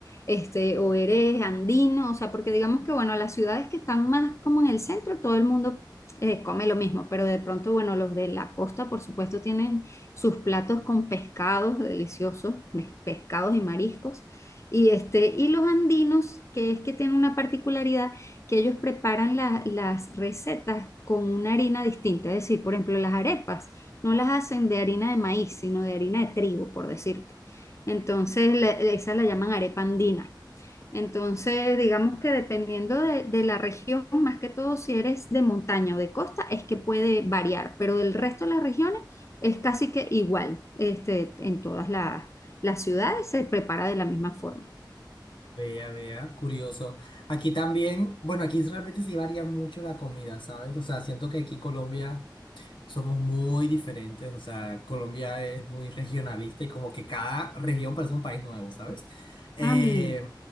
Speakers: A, on the left (about 35°); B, on the left (about 85°).
A: este, o eres andino, o sea, porque digamos que, bueno, las ciudades que están más como en el centro, todo el mundo eh, come lo mismo, pero de pronto, bueno, los de la costa, por supuesto, tienen sus platos con pescados deliciosos, pes- pescados y mariscos. Y, este, y los andinos, que es que tienen una particularidad, que ellos preparan la- las recetas con una harina distinta. Es decir, por ejemplo, las arepas no las hacen de harina de maíz, sino de harina de trigo, por decirte. Entonces, la- esa la llaman arepa andina. Entonces, digamos que dependiendo de, de la región, más que todo si eres de montaña o de costa, es que puede variar, pero del resto de las regiones es casi que igual, este, en todas la- las ciudades se prepara de la misma forma.
B: Vea, vea, curioso. Aquí también, bueno, aquí realmente sí varía mucho la comida, ¿sabes? O sea, siento que aquí Colombia somos muy diferentes, o sea, Colombia es muy regionalista y como que cada región parece un país nuevo, ¿sabes? Eh,
A: Ah, mira.